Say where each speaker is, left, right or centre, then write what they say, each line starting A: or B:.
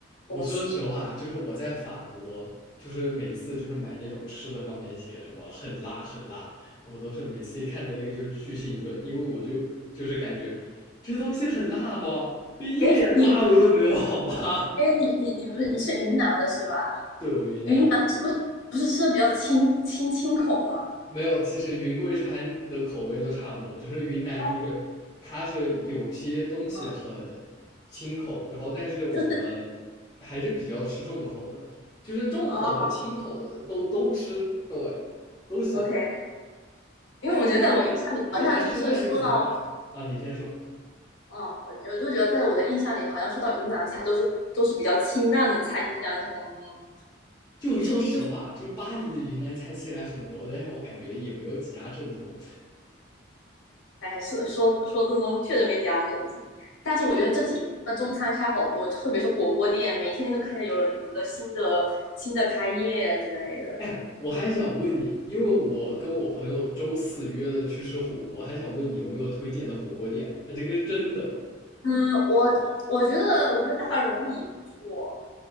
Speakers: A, on the left (about 20°); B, on the left (about 80°).
A: 我说实话啊，
B: 东西。
A: 就是我在法国，就是每次就是买那种吃的，上面写什么很辣很辣，我都是每次一看到那个就巨兴奋，因为我就就是感觉这东西很辣吧，一点辣味都没有，
B: 诶，你，
A: 好吧？
B: 诶，你你你不是你是云南的是吧？
A: <laughs> 对我云南。
B: 云南是不是不是吃的比较清清清口吗？
A: 没有，其实云贵川的口味都差不多，只是云南就是它是有些东西很清口，
B: 哦，哦
A: 然后但是我们还是比较吃重口的，
B: 就是
A: 就是重口和清口的都都吃，
B: 哦
A: 对，都喜欢。
B: ，OK，因为我觉得在我印象里好像就是说到，
A: 但是云南云南吃饭就比较啊，你先说。
B: 嗯，我我就觉得在我的印象里好像说到云南菜都是都是比较清淡的菜，就是讲那种
A: 就是说实话，
B: 就就
A: 就是巴黎的云南菜虽然很多，但是我感觉也没有几家正宗。
B: 哎，说说说正宗，确实没几家正宗。但是我觉得这几年的中餐开好多，
A: 就是
B: 特别是火锅店，每天都看见有有的新的新的开业之类的。
A: 哎呀我还想问你，因为我跟我朋友周四约了去吃火锅，还想问你有没有推荐的火锅店？哎，这个是真的
B: 嗯，我我觉得我觉得大龙椅不错。